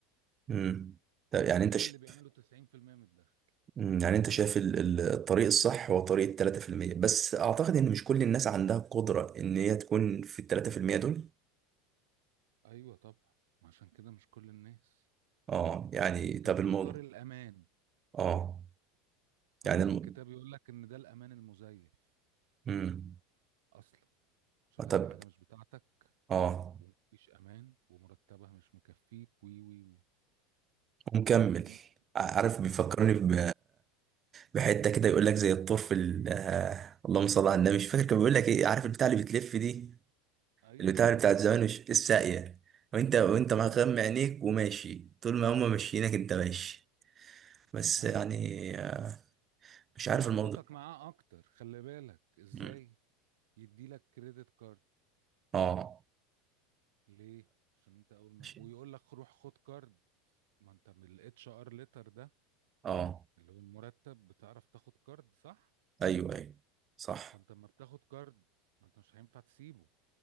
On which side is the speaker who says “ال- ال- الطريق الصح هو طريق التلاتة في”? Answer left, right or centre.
Right